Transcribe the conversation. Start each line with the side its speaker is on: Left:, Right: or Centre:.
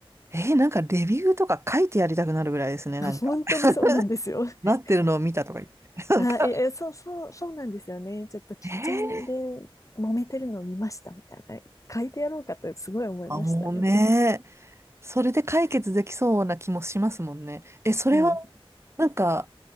Right: えーなんかレビューとか書いてやりたくなるぐらいですね、
Left: <laughs>
Right: なんか。
Left: 本当にそうなんですよ。
Right: <laughs>
Left: <laughs>
Right: なってるのを見たとか言って。なんか、
Left: はい、いやそう、そう、そうなんですよね。ちょっとキッチンで
Right: えー
Left: 揉めてるのを見ました、みたいな。書いてやろうかとすごい思いましたね。
Right: あ、もうね、それで解決できそうな気もしますもんね。え、それは、
Left: うん。
Right: なんか、